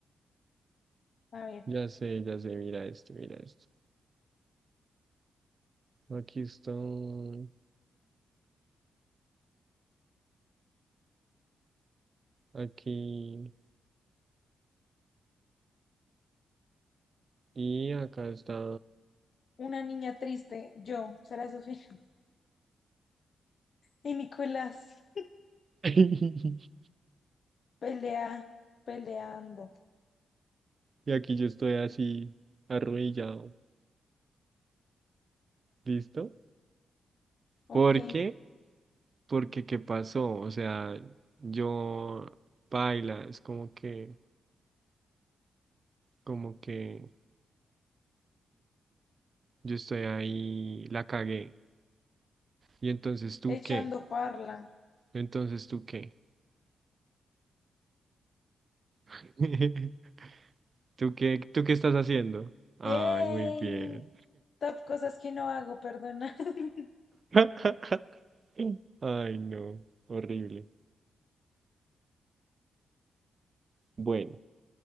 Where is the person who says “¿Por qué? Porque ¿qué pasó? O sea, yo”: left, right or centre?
Right